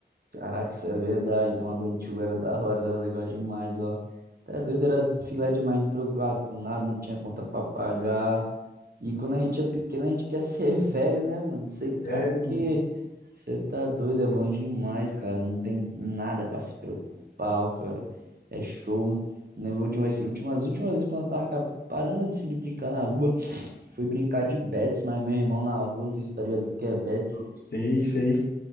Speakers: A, on the right; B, on the left.
A: Caraca, isso é verdade, tomar banho de chuva era da hora, era legal demais, ó. Tá doido, era filé demais, não te preocupava com nada, não tinha conta pra pagar. E quando a gente é pequeno, a gente quer ser <laughs> velho, né, mano? Não sei pra
B: É, mano.
A: quê. Você tá doido, é bom demais, cara. Não tem nada pra se preocupar, cara. É show. Lembro últimas, últimas, últimas vezes quando eu tava ca- parando assim, de brincar na rua. <sniffs> Fui brincar de bets, mas meu irmão na rua, não sei se tá ligado o que que é bets.
B: Sei, sei.